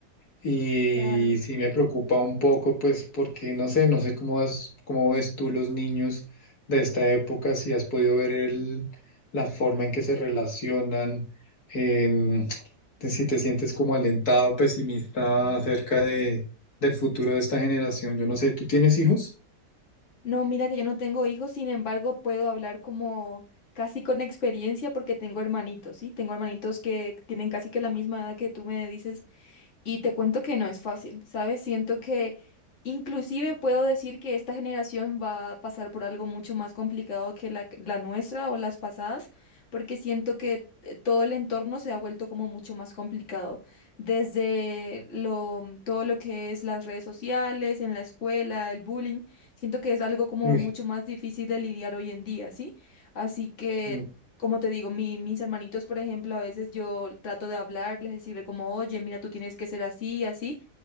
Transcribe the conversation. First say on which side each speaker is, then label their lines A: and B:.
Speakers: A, on the left; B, on the left.
A: Y
B: Claro.
A: sí me preocupa un poco, pues porque no sé, no sé cómo has- cómo ves tú los niños de esta época, si has podido ver el- la forma en que se relacionan, em, te- si te sientes como alentado, pesimista acerca de, del futuro de esta generación. Yo no sé, ¿tú tienes hijos?
B: No, mira que yo no tengo hijos, sin embargo, puedo hablar como casi con experiencia porque tengo hermanitos, ¿sí? Tengo hermanitos que tienen casi que la misma edad que tú me dices Y te cuento que no es fácil, ¿sabes? Siento que inclusive puedo decir que esta generación va a pasar por algo mucho más complicado que la, la nuestra o las pasadas, porque siento que eh, todo el entorno se ha vuelto como mucho más complicado, desde lo, todo lo que es las redes sociales, en la escuela, el bullying, siento que es algo como
A: No. Uy,
B: mucho más difícil de lidiar hoy en día, ¿sí? Así que
A: mm.
B: como te digo, mi- mis hermanitos, por ejemplo, a veces yo trato de hablarles, decirle como, oye, mira, tú tienes que ser así, así,